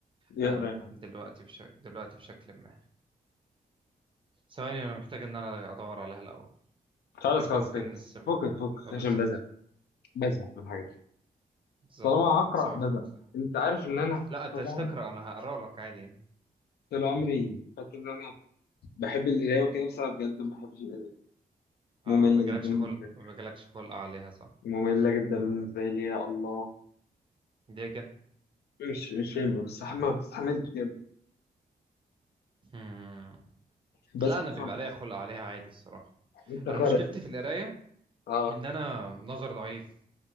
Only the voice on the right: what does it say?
آه
دلوقتي بش... دلوقتي بشكل ما ثواني انا محتاج ان انا ادور عليها الاول
فاحنا
ممكن
نسيبها
اه بالظبط
بالظبط
من
سبب
في وقتنا
لا انت
مش
تقرا انا هقرا لك عادي يعني
آه،
ما بيجيلكش
خلق
ما بيجيلكش خلق عليها صح
دي كده
هم.
لا
انا بيبقى ليا خلق عليها عادي الصراحه
انا
مشكلتي في القرايه
ان انا نظر ضعيف